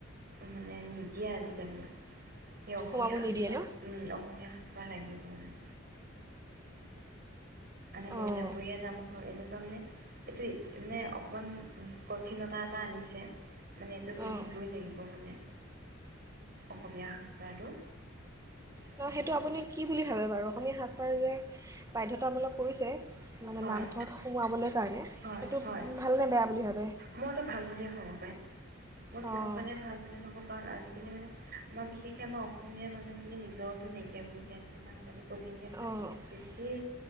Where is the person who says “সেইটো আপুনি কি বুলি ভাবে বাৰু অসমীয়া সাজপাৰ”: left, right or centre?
Right